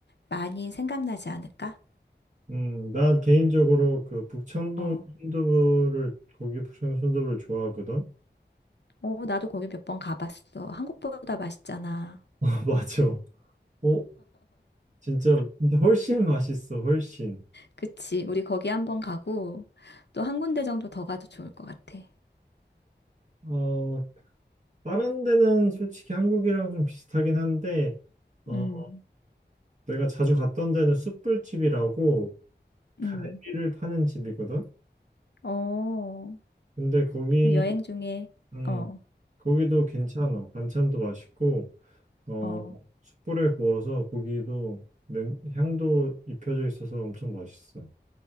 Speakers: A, on the left; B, on the right.
A: 많이 생각나지 않을까?
B: 음, 나 개인적으로 그 북창동
A: 어,
B: 순두부를 고기 북창동 순두부를 좋아하거든.
A: 어, 나도 거기 몇 번 가봤어. 한국보다 맛있잖아.
B: <laughs> 아, 맞아. 어, 진짜 진짜 훨씬 맛있어. 훨씬.
A: 그치? 우리 거기 한번 가고, 또 한 군데 정도 더 가도 좋을 것 같아.
B: 어, 다른 데는 솔직히 한국이랑 좀 비슷하긴 한데 어,
A: 음,
B: 내가 자주 갔던 데는 숯불집이라고 갈비를
A: 음,
B: 파는 집이거든.
A: 어,
B: 근데 거기
A: 그럼 여행 중에,
B: 음,
A: 어,
B: 거기도 괜찮아. 반찬도 맛있고 어,
A: 어,
B: 숯불에 구워서 고기도 냄, 향도 입혀져 있어서 엄청 맛있어.